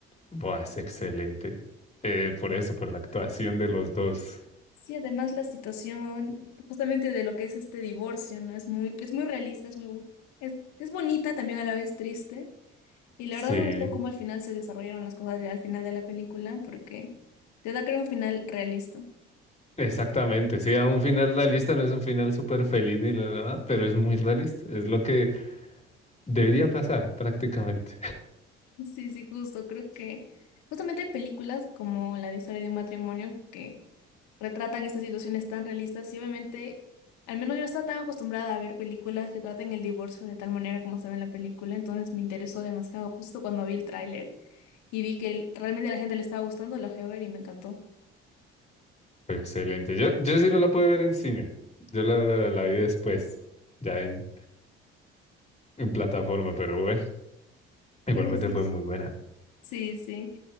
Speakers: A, on the left; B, on the left.
A: Buah, es excelente. Eh, por eso, por la actuación de los dos.
B: Sí, además la situación justamente de lo que es este divorcio, ¿no? Es muy, es muy realista, es muy, es, es bonita también a la vez triste. Y la
A: Sí.
B: verdad me gustó cómo al final se desarrollaron las cosas ya al final de la película, porque te da creo un final realista.
A: Exactamente, sí, a un final realista no es un final súper feliz ni la nada, pero es muy realista, es lo que debería pasar prácticamente.
B: Sí, sí, justo. Creo que justamente hay películas como la de historia de un matrimonio que retratan estas situaciones tan realistas y obviamente, al menos yo no estaba tan acostumbrada a ver películas que traten el divorcio de tal manera como se ve en la película, entonces me interesó demasiado justo cuando vi el tráiler y vi que el- realmente a la gente le estaba gustando, la fui a ver y me encantó.
A: <laughs> Excelente, yo, yo sí no la pude ver en cine, yo la, la vi después, ya en, en plataforma, pero bueno, igualmente
B: Pero sí,
A: fue muy buena.
B: sí. sí.